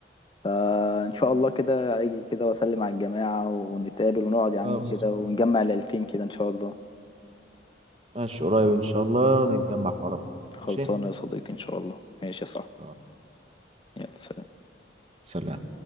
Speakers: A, on the left (about 25°); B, on the right (about 35°).
A: فان شاء الله كده اجي كده واسلم على الجماعة ونتقابل ونقعد يا عم
B: خلاص
A: كده ونجمع العيلتين كده ان شاء الله
B: ماشي قريب إن شاء الله نتجمع في عرب
A: خلصانة
B: ماشي
A: يا صديقي ان شاء الله ماشي يا صاحبي
B: خلاص.
A: يلا سلام.
B: سلام